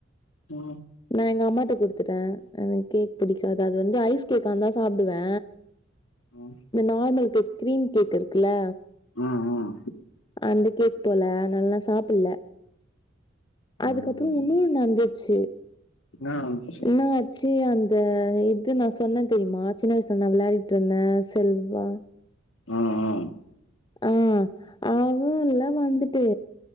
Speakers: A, on the left; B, on the left.
A: ஆ
B: நா எங்க அம்மாட்ட குடுத்துட்டே எனக்கு கேக் பிடிக்காது அது வந்து ஐஸ் கேக்காருந்தா சாப்டுவே
A: ம்,
B: நார்மல் கேக் க்ரீம் கேக் இருக்குல்ல
A: ம் ம்
B: அந்த கேக் போல நல்லா சாப் இல்ல அதுக்கப்றோ
A: ம், ம்.
B: இன்னொனு நடந்துச்சு
A: ஆ இப்ப சொ
B: என்னா ஆச்சு அந்த இது நா சொன்னே தெரியுமா சின்ன வய்சுல நா விளாடிட்ருந்தே செல்வா
A: அ ஆ
B: ஆ ஆ ஊர்ல வந்துட்டு